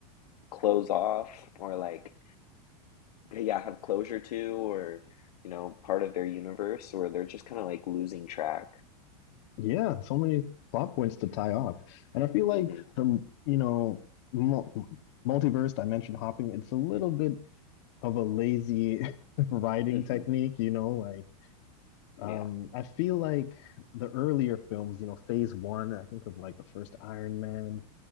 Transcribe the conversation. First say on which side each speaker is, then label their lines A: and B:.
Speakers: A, on the left; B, on the left.
A: close off or like yeah, have closure to or you know, part of their universe where they're just kind of like losing track.
B: yeah, so many plot points to tie off, and I feel like
A: hmm
B: the you know mul multiverse dimension hopping. It's a little bit of a lazy <laughs> writing
A: hmm
B: technique, you know, like
A: Yeah.
B: um I feel like the earlier films, you know, phase one, I think of like the first Iron Man,